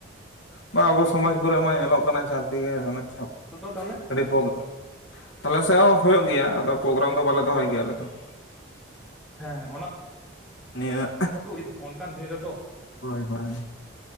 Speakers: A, on the left; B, in the centre.
A: ᱵᱟᱝ ᱟᱵᱚ
B: ᱟᱯᱮ
A: ᱥᱚᱢᱟᱡᱽ ᱠᱚᱨᱮ ᱢᱟ ᱧᱮᱞᱚᱜ ᱠᱟᱱᱟ <unintelligible> ᱪᱷᱟᱯ
B: <unintelligible> ᱫᱚ ᱛᱟᱦᱚᱞᱮ
A: ᱟᱹᱰᱤ <unintelligible> ᱛᱟᱦᱞᱮ ᱥᱮᱜ ᱦᱚᱸ ᱦᱩᱭᱩᱜ ᱜᱮᱭᱟ ᱟᱫᱚ ᱯᱨᱳᱜᱨᱟᱢ ᱫᱚ ᱵᱟᱞᱮ ᱫᱚᱦᱚᱭ ᱜᱮᱭᱟ ᱟᱞᱮ ᱫᱚ ᱾
B: ᱦᱮᱸ
A: ᱱᱤᱭᱟᱹ
B: <unintelligible> <unintelligible> ᱚᱱᱠᱟᱱ ᱫᱤᱱ ᱨᱮᱫᱚ
A: ᱦᱳᱭ ᱦᱳᱭ